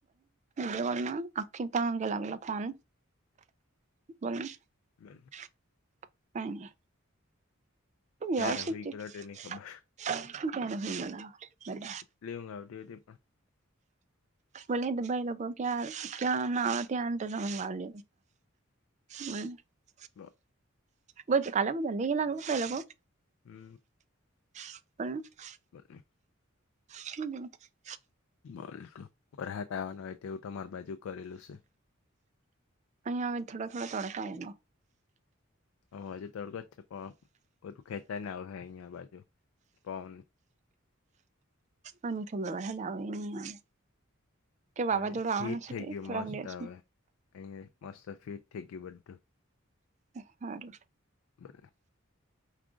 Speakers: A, on the right; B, on the left.
A: દજ આખી ત લાગલો ફોન બ
B: બ <unintelligible>
A: ક <unintelligible>
B: ક્યારે
A: આવ શક્યારે
B: હુઈ ગેલો તેની ખબર
A: બ બ
B: એટલી ઊઘવતી હતી પણ
A: બોલી તો ભાઈ લોકો ક્યાં ક્યાં ના ત્યાં અર લાવ લ હમ. <unintelligible>
B: <unintelligible>
A: બતી કાલે બધંધહી લાગલ ત લોકોગ.
B: હમ.
A: <inaudible>
B: બ. <unintelligible>
A: <inaudible>
B: બોલું વરાહટ આવવાનું હોય તેવું તમાર બાજુ કરેલું છે.
A: અહીયા થોડા થોડા તડકામ.
B: હ હજુ તડકો જ છે પણ બધું ખેંચાય ના આવ હ અહિયાયા બાજુ પણન.
A: અને છોલે બે હા દાવ એ ન આવે. કે વાવાઝોડું
B: પ
A: આવવાનું
B: ફીટ
A: છે
B: થઈ
A: તે
B: ગયું
A: થોડાક
B: મસ્ત
A: દિવસમાં
B: આવે અહી મસ્ત ફિટ થઈ ગયું બધું.
A: સારું બ.
B: બોલને